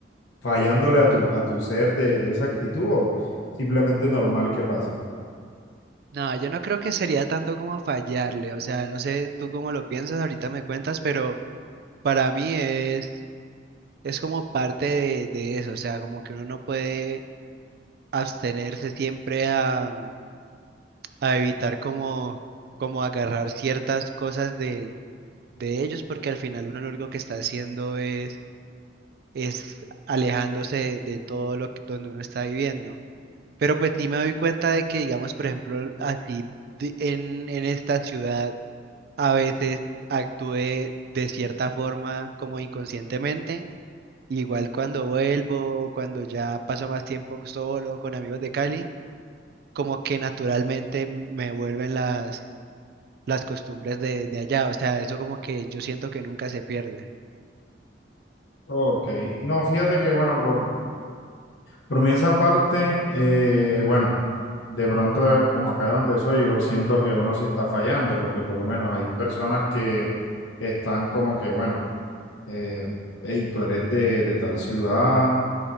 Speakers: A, on the left (about 85°); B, on the right (about 55°).
A: fallándole a tu, a tu ser de, de esa actitud o simplemente normal que pase?
B: No, yo no creo que sería tanto como fallarle, o sea, no sé tú cómo lo piensas, ahorita me cuentas, pero para mí es, es como parte de, de eso, o sea, como que uno no puede abstenerse siempre a a evitar como, como agarrar ciertas cosas de, de ellos, porque al final uno lo único que está haciendo es, es alejándose de todo lo que- donde uno está viviendo. Pero pues sí me doy cuenta de que, digamos, por ejemplo, así de- en, en esta ciudad a veces actúe de cierta forma como inconscientemente. Igual cuando vuelvo o cuando ya paso más tiempo solo con amigos de Cali, como que naturalmente me vuelven las, las costumbres de, de allá, o sea, eso como que yo siento que nunca se pierde.
A: Ok, no, fíjate que bueno, por, por mí esa parte, eh, bueno, de pronto eh, como acá donde soy, yo siento que uno sí está fallando porque por lo menos hay personas que están como que, bueno, eh, hey, tú eres de, de tal ciudad